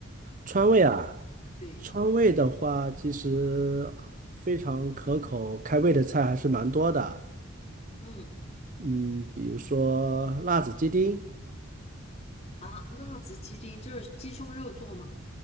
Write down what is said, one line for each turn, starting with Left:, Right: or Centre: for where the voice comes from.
Right: 川味啊，
Left: 对，
Right: 川味的话，其实非常可口，开胃的菜还是蛮多的。
Left: 嗯
Right: 嗯，比如说辣子鸡丁，
Left: 啊，辣子鸡丁就是鸡胸肉做吗？